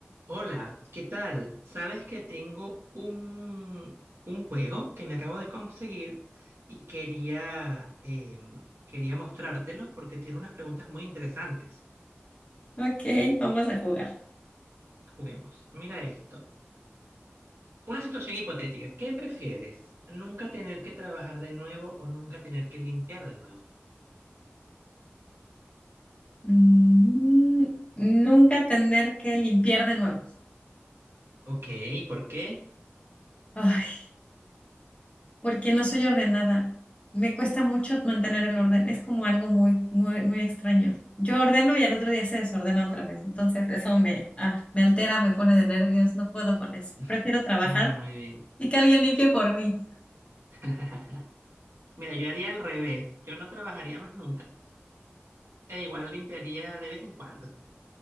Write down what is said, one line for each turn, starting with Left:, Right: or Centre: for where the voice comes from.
Right: Hola, ¿qué tal? Sabes que tengo un, un juego que me acabo de conseguir y quería, em, quería mostrártelo porque tiene unas preguntas muy interesantes.
Left: Ok, vamos a jugar.
Right: Juguemos. Mira esto. Una situación hipotética. ¿Qué prefieres? ¿Nunca tener que trabajar de nuevo o nunca tener que limpiar de nuevo?
Left: Mm, nunca tener que limpiar de nuevo.
Right: Ok, ¿por qué?
Left: Ay, porque no soy ordenada. Me cuesta mucho mantener el orden. Es como algo muy, muy, muy extraño. Yo ordeno y al otro día se desordena otra vez. Entonces eso me, ah, me altera, me pone de nervios. No puedo con eso.
Right: <laughs>
Left: Prefiero trabajar
Right: Ah, muy bien.
Left: y que alguien limpie por mí.
Right: <laughs> Mira, yo haría al revés. Yo no trabajaría más nunca. E igual limpiaría de vez en cuando.